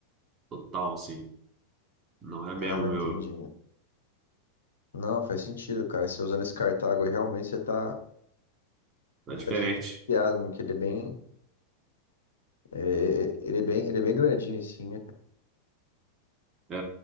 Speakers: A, on the right; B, on the left.
A: Total, assim. Não é
B: Ah,
A: mesmo, meu.
B: entendi. Não, faz sentido, cara. Se usando esse cartago aí, realmente você tá,
A: É
B: tá
A: diferente.
B: diferenciado, né? Porque ele é bem, é, ele é bem, ele é bem grandinho assim, né?
A: É.